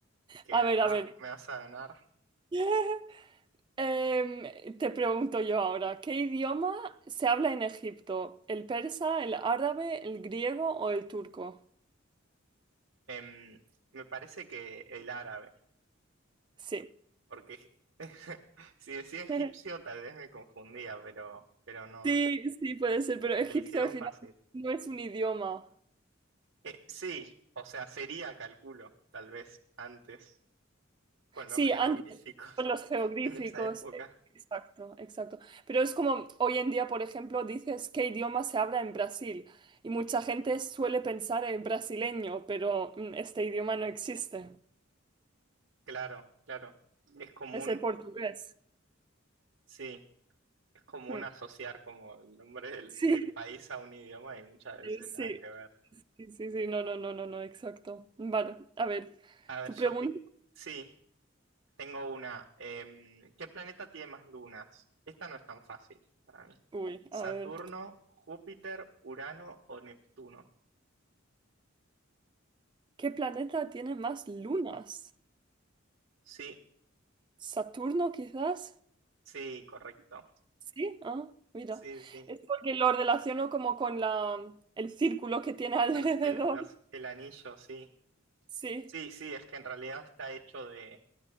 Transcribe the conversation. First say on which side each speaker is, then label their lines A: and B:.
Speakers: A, on the right (about 65°); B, on the right (about 25°).
A: Que
B: a
A: acá
B: ver, a ver.
A: me vas a ganar.
B: <laughs> Em, te pregunto yo ahora, ¿qué idioma se habla en Egipto? ¿El persa, el árabe, el griego o el turco?
A: Em, me parece que el árabe,
B: Sí.
A: porque <laughs> si decía egipcio
B: <laughs>
A: tal vez me confundía, pero, pero no,
B: Sí, sí, puede ser, pero egipcio
A: me la hicieron
B: al final
A: fácil.
B: no es un idioma.
A: Eh, sí, o sea, sería, calculo, tal vez antes, con
B: Sí,
A: los jeroglíficos
B: antes, por los geográficos,
A: <laughs> en esa época.
B: eh, exacto, exacto. Pero es como hoy en día, por ejemplo, dices qué idioma se habla en Brasil y mucha gente suele pensar en brasileño, pero mm, este idioma no existe,
A: Claro, claro. Es común,
B: es el portugués.
A: sí, es común
B: Mm.
A: asociar como el nombre del,
B: Sí,
A: del país a un idioma y muchas
B: <laughs>
A: veces
B: eh, sí,
A: nada que ver.
B: sí, sí, sí, no, no, no, no, no, exacto. Vale, a ver,
A: A ver,
B: tu
A: yo
B: pregunta,
A: te... Sí, tengo una. Em, ¿qué planeta tiene más lunas? Esta no es tan fácil para mí.
B: uy,
A: ¿Saturno,
B: a ver,
A: Júpiter, Urano o Neptuno?
B: ¿qué planeta tiene más lunas?
A: Sí,
B: ¿Saturno quizás?
A: sí, correcto.
B: Sí, ah, mira.
A: Sí, sí.
B: Es porque lo relaciono como con la, el círculo que tiene <laughs> alrededor.
A: Pero El, los- el anillo, sí.
B: Sí.
A: Sí, sí, es que en realidad está hecho de...